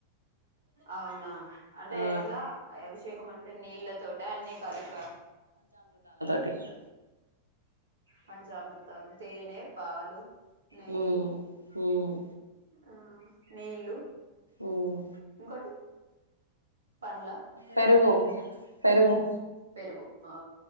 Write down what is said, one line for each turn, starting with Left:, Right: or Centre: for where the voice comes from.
Right: అవునా అంటే
Left: ఆ
Right: ఎట్లా అభిషేకం అంటే నీళ్ తోటా అన్నీ కలిపా
Left: టి
Right: పంచామృతాలు తేనె పాలు నెయ్యి
Left: మ్ మ్
Right: ఆ నీళ్ళు
Left: ఉమ్
Right: ఇంకోటి పండ్ల
Left: పెరుగు పెరుగు
Right: పెరుగు అ